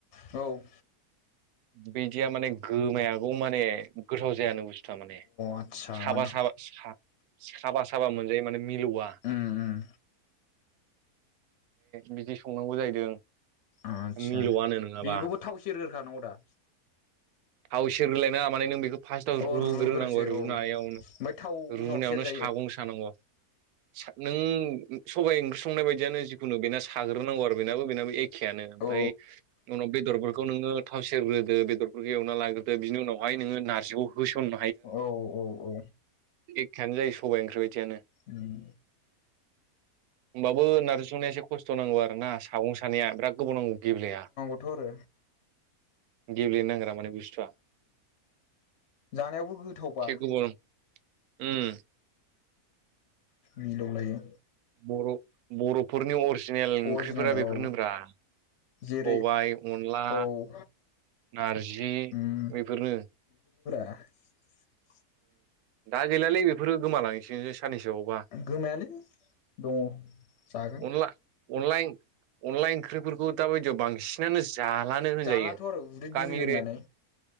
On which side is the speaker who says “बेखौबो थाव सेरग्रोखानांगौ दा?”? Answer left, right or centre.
Left